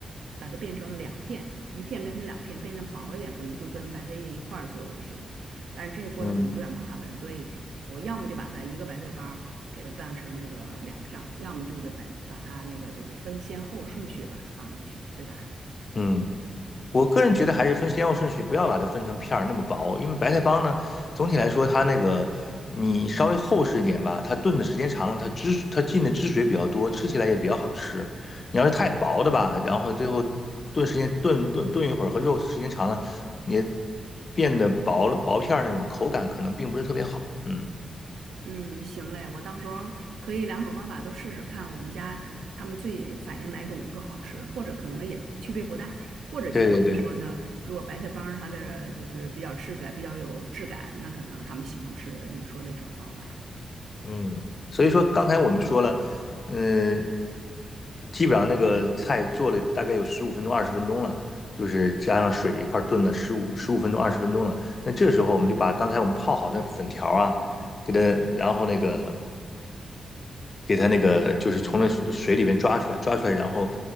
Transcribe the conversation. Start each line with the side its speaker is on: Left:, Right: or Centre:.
Right: 把它变成两片，一片变成两片，变成薄了点，可能就跟白菜叶一块儿做就行了。但是这个过程可能有点儿麻烦，
Left: 嗯，
Right: 所以我要么就把它一个白菜帮儿给它拌成那个两片儿，要么就得把把它那个就是分先后顺序把它放进去，对吧？
Left: 嗯。我个人觉得还是分先后顺序，不要把它分成片儿那么薄，因为白菜帮呢，总体来说它那个你稍微厚实一点吧，它炖的时间长了，它汁它进的汁水比较多，吃起来也比较好吃。你要是太薄的吧，然后最后炖时间炖炖炖一会儿和肉时间长了，也变得薄了薄片儿那种口感可能并不是特别好。嗯，
Right: 嗯，行嘞，我到时候可以两种方法都试试看，我们家他们最反映哪种更好吃，或者可能也区别不大，或者就像你说的，
Left: 对对对。
Right: 如果白菜帮儿它的就是比较吃起来比较有质感，那可能他们喜欢吃你说的这种方法。
Left: 嗯，所以说刚才我们说了，嗯，基本上那个菜做了大概有十五分钟、二十分钟了，就是加上水一块儿炖了十五十五分钟、二十分钟了。那这时候我们就把刚才我们泡好的粉条啊，给它，然后那个给它那个就是从那水水里边抓出来，抓出来，然后